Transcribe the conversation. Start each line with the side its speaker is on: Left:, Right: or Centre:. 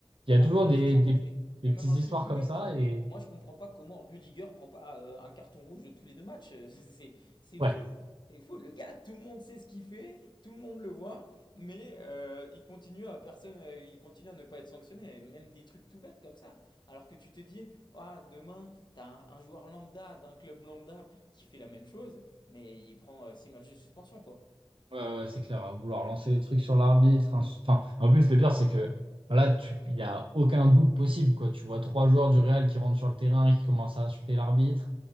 Right: il y a
Left: Non,
Right: toujours
Left: mais oui,
Right: des,
Left: c'est ça.
Right: des,
Left: Mais,
Right: des
Left: mais
Right: petites
Left: même un
Right: histoires
Left: truc tout
Right: comme
Left: bête,
Right: ça,
Left: hein.
Right: et
Left: Moi, je comprends pas comment Rudiger prend pas euh, un carton rouge de tous les deux matchs. Euh, <laughs> C'est, c'est
Right: ouais.
Left: fou. C'est fou. Le gars, tout le monde sait ce qu'il fait, tout le monde le voit, mais euh, il continue à personne, euh, il continue à ne pas être sanctionné. Et même des trucs tout bêtes comme ça. Alors que tu te dis, ah, demain, t'as un, un joueur lambda d'un club lambda qui fait la même chose, mais il prend euh, 6 matchs de suspension, quoi.
Right: Ouais, ouais, c'est clair, à vouloir lancer des trucs sur l'arbitre. hein, Enfin, en plus, le pire, c'est que là, tu- il n'y a aucun doute possible, quoi. Tu vois trois joueurs du Real qui rentrent sur le terrain et qui commencent à insulter l'arbitre,